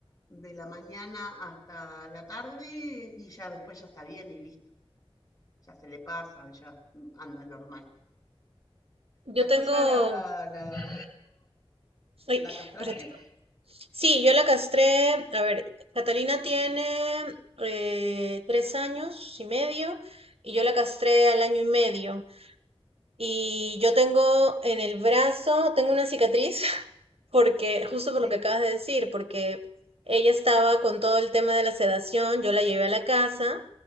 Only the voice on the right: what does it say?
Yo
tengo.
Ay,
espérate. Sí, yo la castré, a ver, Catalina tiene eh, tres años y medio y yo la castré al año y medio. Y yo tengo en el brazo, tengo una cicatriz <laughs> porque, justo por
lo que acabas de decir, porque ella estaba con todo el tema de la sedación, yo la llevé a la casa